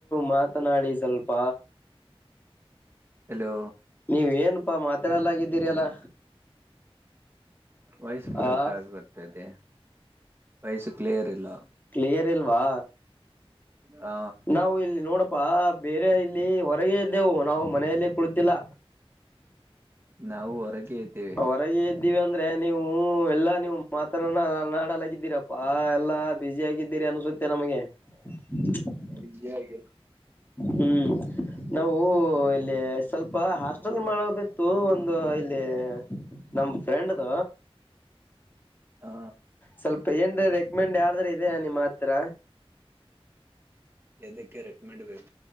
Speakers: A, on the left; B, on the right.
A: ಮಾತನಾಡಿ ಸ್ವಲ್ಪ
B: ಹಲೋ
A: ನೀವ ಏನಪಾ ಮಾತಾಡಲ್ಲಾಗಿದ್ದೀರಿ ಅಲ್ಲಾ
B: ವಯಸ ಬ್ರಕ್ಕ
A: ಆ
B: ಆಗ್ ಬರ್ತದೆ ವಯಸು ಕ್ಲಿಯರ್ ಇಲ್ಲ
A: ಕ್ಲಿಯರ್ ಇಲ್ವಾ
B: ಹ
A: ನಾವು ಇಲ್ಲಿ ನೋಡಪ್ಪಾ ಬೇರೆ ಇಲ್ಲಿ ಹೊರಗೆ ಇದ್ದೆವು ನಾವು ಮನೆಯಲ್ಲಿ ಕುಳತಿಲ್ಲ
B: ನಾವು ಹೊರಗೆ ಇದ್ದೇವೆ
A: ಹೊರಗೆ ಇದ್ದೀವಿ ಅಂದ್ರೆ ನೀವು ಹ ಎಲ್ಲಾ ನೀವು ಮಾತ್ರ ಅ ನಾಡಲ್ಲಾಗಿದ್ದೀರಪ್ಪಾ ಎಲ್ಲಾ ಬಿಸಿ ಆಗಿದ್ದೀರಿ ಅನ್ಸುತ್ತೆ ನಮಗೆ <inaudible>
B: ಬಿಜಿ ಆಗ
A: ಹ್ಮ್ ನಾವು ಇಲ್ಲಿ ಸ್ವಲ್ಪ ಹ ಮಾಡದಿತ್ತು ಒಂದು ಇಲ್ಲಿ ನಮ್ ಫ್ರೆಂಡ್ದ
B: ಹಾ
A: ಸ್ವಲ್ಪ ಏನ್ ರೆಕಮೆಂಡ್ ಯಾರ್ದ್ರ ಇದೆಯ ನಿಮ್ಮ ಹತ್ರ
B: ಎದಕ್ಕೆ ರೆಕ್ ಮಾಡೆಂಡ್ಬೇಕು